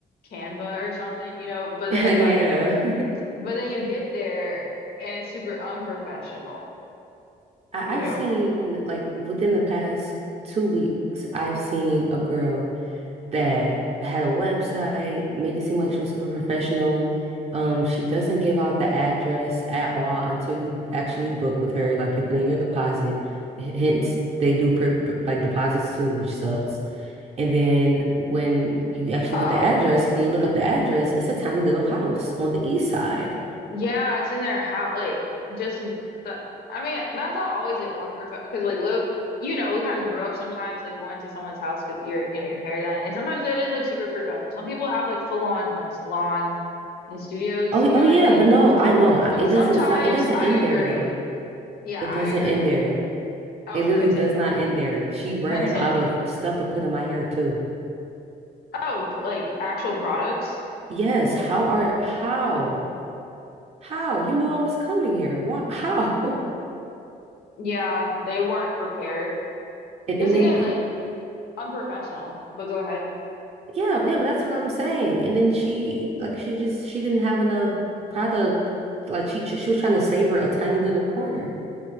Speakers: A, on the left; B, on the right.
A: Canva or something, you know. But
B: Yeah.
A: then like
B: <laughs>
A: but then you get there and it's super unprofessional,
B: I
A: you
B: I've
A: know.
B: seen like within the past two weeks, I've seen a girl. that had a website, made it seem like she was super professional. Um, she doesn't give out the address at all until you actually book with her. Like you put in your deposit. H- Hence, they do per, per- like deposits too, which sucks. And then when you actually
A: Oh,
B: get the address and you look up the address, it's a tiny little house on the east side.
A: Yeah, it's in their house. Like just n- the. I mean, that's not always like unperfect because like Luke, you know, we kind of grew up sometimes like going to someone's house because your you know your hair done, and sometimes it is like super professional. Some people have like full on like salons and studios.
B: Oh,
A: You
B: oh
A: know
B: yeah,
A: what I mean?
B: but no, I know I-
A: But
B: it
A: sometimes
B: doesn't stop. It doesn't
A: I
B: end
A: agree.
B: there though.
A: Yeah,
B: It
A: I
B: doesn't
A: agree.
B: end there.
A: Oh,
B: It literally
A: continue.
B: does not end there. She ran
A: Continue.
B: out of stuff to put in my hair too.
A: Oh, pr like actual products.
B: Yes, how are how? How? You knew I was coming here. Why? How? <laughs>
A: Yeah, they weren't prepared.
B: And,
A: Just
B: and
A: again,
B: then
A: like unprofessional. But go ahead.
B: yeah, yeah, but that's what I'm saying. And then she like she just she didn't have enough product. Like she she was trying to savor a tiny little corner